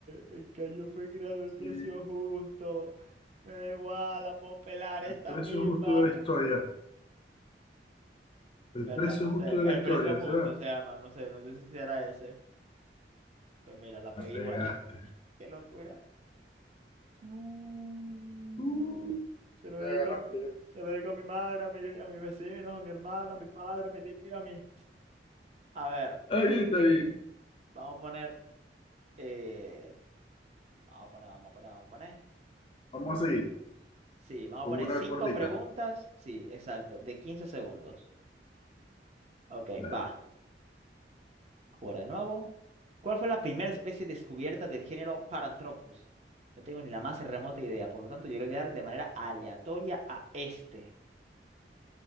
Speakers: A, on the right; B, on the left.
A: El callo fue creado el precio
B: Sí,
A: justo. Me da igual, la puedo pelar esta
B: el precio
A: misma.
B: justo de la historia. El
A: Berta,
B: precio
A: no
B: justo
A: sé.
B: de
A: El
B: la historia,
A: precio justo
B: ¿será?
A: se llama, no sé, no sé si será ese. Pues mira, la pegué
B: La pegaste.
A: igual. <laughs> Qué locura. Su-
B: Uh,
A: Se lo
B: ya
A: dedico
B: agarraste.
A: a mi,
B: ya.
A: se lo dedico a mi madre, a mi, a mis vecinos, a mi hermano, a mi padre, a mi tío, a mi. A ver,
B: Está bien, está bien.
A: vamos a poner. eh, Vamos a poner, vamos a poner, vamos a poner.
B: Vamos a seguir
A: Sí, vamos
B: con
A: a poner
B: una
A: cinco
B: cortita.
A: preguntas. Sí, exacto, de 15 segundos. Ok,
B: Dale.
A: va. Jugar de nuevo. ¿Cuál fue la primera especie descubierta del género Paranthropus? No tengo ni la más remota idea, por lo tanto yo le voy a dar de manera aleatoria a este.